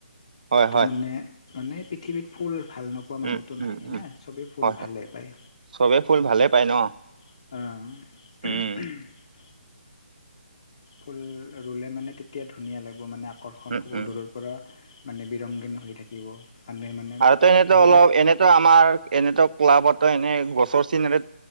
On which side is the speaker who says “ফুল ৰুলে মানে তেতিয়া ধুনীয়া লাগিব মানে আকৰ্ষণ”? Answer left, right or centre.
Left